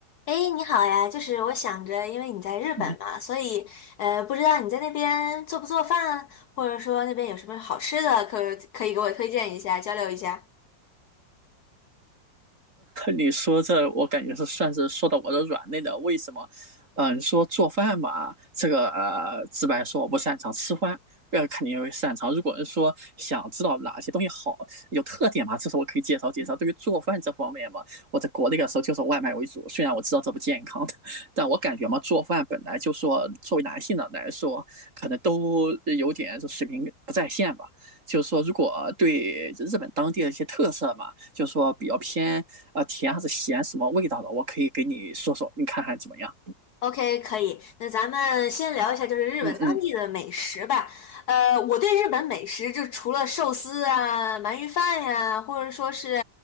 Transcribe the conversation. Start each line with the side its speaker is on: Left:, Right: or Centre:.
Left: 哎，诶你好呀！就是我想着，因为你在日本嘛，
Right: <laughs> 你
Left: 所以呃，不知道你在那边做不做饭，或者说那边有什么好吃的，可可以给我推荐一下，交流一下。
Right: 你说这，我感觉是算是说到我的软肋了。为什么？嗯、你说做饭嘛，这个呃，直白说我不擅长吃饭，呃，肯定会擅长。如果是说想知道哪些东西好，有特点嘛，这是我可以介绍介绍。对于做饭这方面嘛，我在国内的时候就是外卖为主，虽然我知道这不健康的，但我感觉嘛，做饭本来就说作为男性的来说，可能都有点就水平不在线吧。就是说，如果对日本当地的一些特色嘛，就是说比较偏啊甜还是咸什么味道的，我可以给你说说，你看看怎么样？
Left: OK，可以。那咱们先聊一下，就是日本当地的美食吧。
Right: 嗯嗯
Left: 呃，我对日本美食就除了寿司啊、鳗鱼饭呀、或者说是